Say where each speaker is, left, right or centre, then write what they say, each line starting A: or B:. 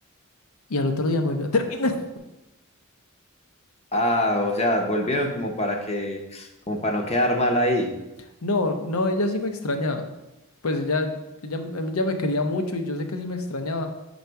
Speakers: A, on the left; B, on the left.
A: y al otro día me volvió a terminar.
B: Ah, o sea, volvieron como para que, como para no quedar mal ahí.
A: No, no, ella sí me extrañaba. Pues ella, ella, ella me quería mucho y yo sé que sí me extrañaba,